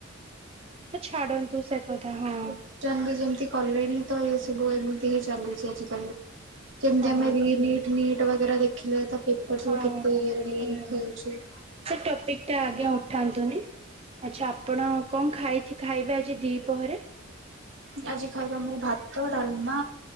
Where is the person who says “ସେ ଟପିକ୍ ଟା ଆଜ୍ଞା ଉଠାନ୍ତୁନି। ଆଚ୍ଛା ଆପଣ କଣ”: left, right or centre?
Right